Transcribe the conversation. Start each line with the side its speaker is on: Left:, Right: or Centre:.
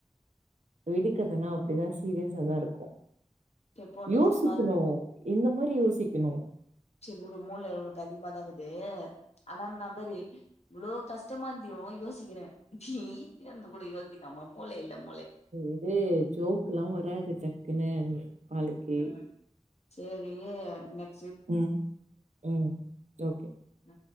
Right: விடுகதைனி அப்டிதான் சீரியஸா தான் இருக்கும்
Left: செரி போ நெக்ஸ்ட்
Right: யோசிக்கணும்
Left: கால்
Right: இந்த மாரி யோசிக்கணும்
Left: சரி உடு மூள உனக்கு அதிகமாதான்குது ஆனா நபரு இவ்ளோ கஷ்டமா இருவம் யோசிக்கிறேன் நீ இருந்து கூட யோசிக்காம மூளை இல்லாம
Right: இது ஜோக் எல்லாம் வராது டக்குன்னு ஆளுக்கு
Left: ம் சேரி நெக்
Right: உம் உம் ஓகே
Left: ம்